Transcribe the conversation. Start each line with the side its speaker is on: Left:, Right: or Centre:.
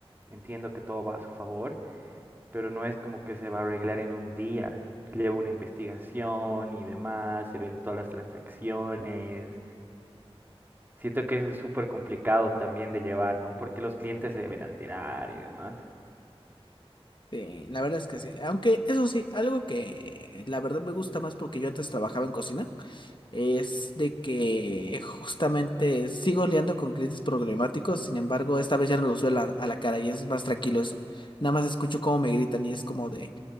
Right: entiendo que todo va a su favor, pero no es como que se va a arreglar en un día. Lleva una investigación y demás, se ven todas las transacciones. Siento que eso es súper complicado también de llevar, ¿no? Porque los clientes se deben alterar y demás.
Left: eh, la verdad es que sí. Aunque eso sí, algo que la verdad me gusta más porque yo antes trabajaba en cocina. es de que justamente sigo liando con clientes problemáticos, sin embargo, esta vez ya no los veo a la, a la cara y es más tranquilo eso. Nada más escucho cómo me gritan y es como de,